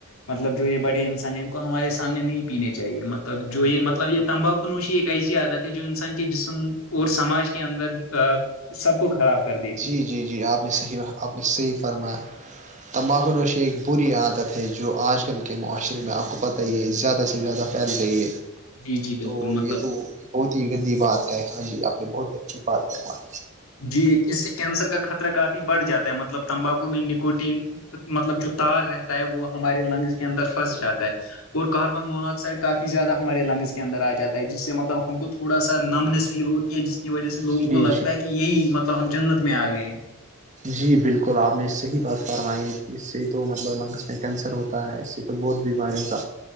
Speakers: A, on the left; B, on the right.
A: مطلب جو یہ بڑے انسان ہیں ان کو ہمارے سامنے نہیں پینے چاہیے مطلب جو یہ مطلب یہ تمباکو نوشی ایک ایسی عادت ہے جو انسان کے جسم اور سماج کے اندر سب کو خراب کر دیتی
B: جی
A: ہے
B: جی جی آپ نے صحیح آپ نے صحیح فرمایا تمباکو نوشی ایک بری عادت ہے جو آج کل کے معاشرے میں آپ کو پتہ ہی ہے زیادہ سے زیادہ پل رہیے
A: جی جی بالکل
B: تو
A: مطلب
B: یہ تو بہت ہی گندی بات ہے ہاں جی آپ نے بہت اچھی بات کروائی
A: جی اس سے کینسر کا خطرہ کافی بڑھ جاتا ہے مطلب تمباکو میں نکوٹین مطلب جو تار رہتا ہے وہ ہمارے لنگز کے اندر پھنس جاتا ہے اور کاربن مناک سائڈ کافی زیادہ ہمارے لنگس کے اندر آ جاتا ہے جس سے مطلب ہم کو تھوڑا سا نمنس فیل ہو جس کی وجہ سے لوگوں
B: جی
A: کو لگتا
B: جی
A: ہے کہ یہی مطلب ہم جنت میں آ گئے ہیں
B: جی بالکل آپ نے صحیح بات فرمائی اس سے تو مطلب لنگس میں کینسر ہوتا ہے اس سے تو بہت بیماریوں کا